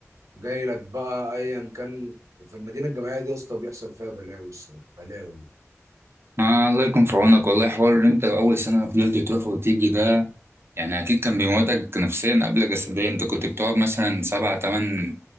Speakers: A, on the right; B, on the right.
A: جاي لك بقى ايا كان في المدينه الجامعيه دي يا اسطى بيحصل فيها بلاوي الصراحه بلاوي
B: آه الله يكون في عونك والله حوار ان انت اول سنه فضلت تروح وتيجي ده يعني اكيد كان بيموتك نفسيا قبل جسديا انت كنت بتقعد مثلا سبع تمن